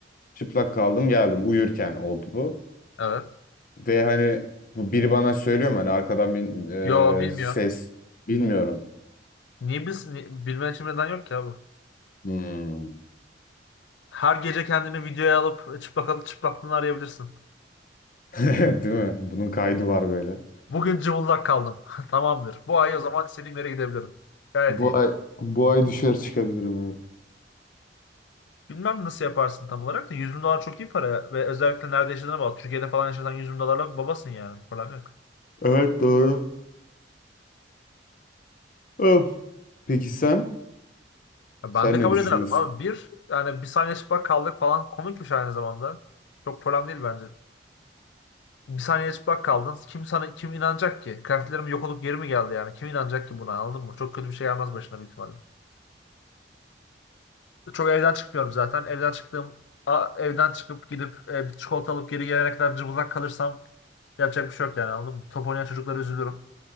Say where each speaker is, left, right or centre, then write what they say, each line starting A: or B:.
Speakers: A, on the left; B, on the left.
A: Çıplak kaldım geldim. Uyurken oldu bu.
B: Evet.
A: Ve hani bu biri bana söylüyor mu? Hani arkadan bir
B: Yo bilmiyor.
A: e, ses. Bilmiyorum.
B: Niye bilsin? Ni- Bilmen için neden yok ki abi?
A: Hmm.
B: Her gece kendini videoya alıp çıplak çıplaklığını arayabilirsin.
A: <laughs> Değil mi? Bunun kaydı var böyle.
B: Bugün cıvıldak kaldım. <laughs> Tamamdır. Bu ay o zaman istediğim yere gidebilirim. Gayet
A: Bu
B: iyi.
A: ay bu ay düşer çıkabilirim evet.
B: Bilmem nasıl yaparsın tam olarak da 100 bin dolar çok iyi para ve özellikle nerede yaşadığına bağlı. Türkiye'de falan yaşasan 100 bin dolarla babasın yani. Problem yok.
A: Evet doğru. Öf. Peki sen?
B: Ya
A: Sen
B: ben de
A: ne
B: kabul
A: düşünüyorsun?
B: ederdim abi. Bir yani bir saniye çıplak kaldık falan komikmiş aynı zamanda. Çok problem değil bence. Bir saniye çıplak kaldın. Kim sana kim inanacak ki? Kıyafetlerim yok olup geri mi geldi yani? Kim inanacak ki buna anladın mı? Çok kötü bir şey gelmez başına büyük ihtimalle. Çok evden çıkmıyorum zaten. Evden çıktığım a- evden çıkıp gidip e, bir çikolata alıp geri gelene kadar cıbıldak kalırsam yapacak bir şey yok yani anladın mı? Top oynayan çocuklara üzülürüm.